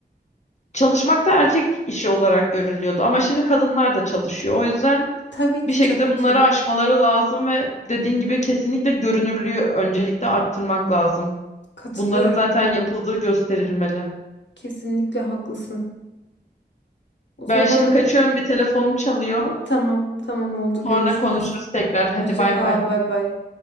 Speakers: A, on the left; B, on the left.
A: çalışmak da erkek işi olarak görülüyordu. Ama şimdi kadınlar da çalışıyor. O yüzden
B: Tabii ki
A: Bir şekilde
B: tabii
A: bunları
B: ki.
A: aşmaları lazım ve dediğin gibi kesinlikle görünürlüğü öncelikle arttırmak lazım.
B: Katılıyorum.
A: Bunların zaten yapıldığı gösterilmeli.
B: Kesinlikle haklısın. O zaman
A: Ben şimdi kaçıyorum bir telefonum çalıyor.
B: tamam tamam oldu görüşürüz.
A: Sonra konuşuruz tekrar. Hadi
B: Hoşça
A: bay
B: kal
A: bay.
B: bay bay.